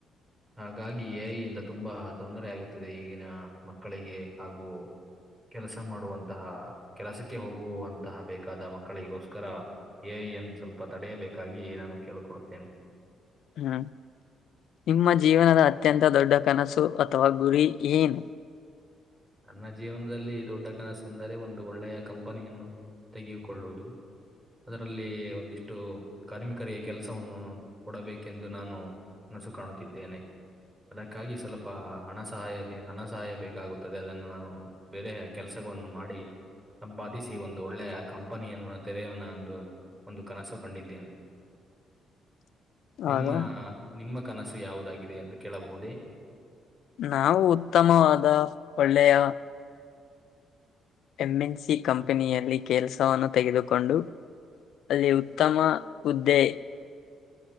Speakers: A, on the right; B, on the left.
A: ಹಾಗಾಗಿ ಐಯಿಂದ ತುಂಬಾ ತೊಂದರೆ ಆಗುತ್ತಿದೆ ಈಗಿನ ಮಕ್ಕಳಿಗೆ ಹಾಗೂ ಕೆಲಸ ಮಾಡುವಂತಹ ಕೆಲಸಕ್ಕೆ ಹೋಗುವಂತಹ ಬೇಕಾದ ಮಕ್ಕಳಿಗೋಸ್ಕರ ಎ ಯನ್ನು ಸ್ವಲ್ಪ ತಡೆಯಬೇಕಾಗಿ ನಾನು ಕೇಳಿಕೊಳ್ಳುತ್ತೇನೆ
B: ಹ್ಮ ನಿಮ್ಮ ಜೀವನದ ಅತ್ಯಂತ ದೊಡ್ಡ ಕನಸು ಅಥವಾ ಗುರಿ ಏನು
A: ನನ್ನ ಜೀವನದಲ್ಲಿ ದೊಡ್ಡ ಕನಸೆಂದರೆ ಒಂದು ಒಳ್ಳೆಯ ಕಂಪನಿಯನ್ನು ತೆಗೆದುಕೊಳ್ಳುವುದು ಅದರಲ್ಲಿ ಒಂದಿಷ್ಟು ಕಾರ್ಮಿಕರಿಗೆ ಕೆಲಸವನ್ನು ಕೊಡಬೇಕೆಂದು ನಾನು ಕನಸು ಕಾಣುತ್ತಿದ್ದೇನೆ ಅದಕ್ಕಾಗಿ ಸ್ವಲ್ಪ ಹಣ ಸಹಾಯದ ಹಣ ಸಹಾಯ ಬೇಕಾಗುತ್ತ ತ್ತದೆ ಅದನ್ನು ನಾನು ಬೇರೆ ಕೆಲಸವನ್ನು ಮಾಡಿ ಸಂಪಾದಿಸಿ ಒಂದು ಒಳ್ಳೆಯ ಕಂಪನಿಯನ್ನು ತೆರೆಯನಂದು ಒಂದು ಕನಸು ಕಂಡಿದ್ದೇನೆ
B: <inaudible>
A: ನಿಮ್ಮ
B: ಆಗ
A: ನಿಮ್ಮ ಕನಸು ಯಾವುದಾಗಿದೆ ಎಂದು ಕೇಳಬಹುದೇ
B: ನಾವು ಉತ್ತಮವಾದ ಒಳ್ಳೆಯ ಎಂಎನ್ಸಿ ಕಂಪೆನಿಯಲ್ಲಿ ಕೆಲಸವನ್ನು ತೆಗೆದುಕೊಂಡು ಅಲ್ಲಿ ಉತ್ತಮ ಹುದ್ದೆ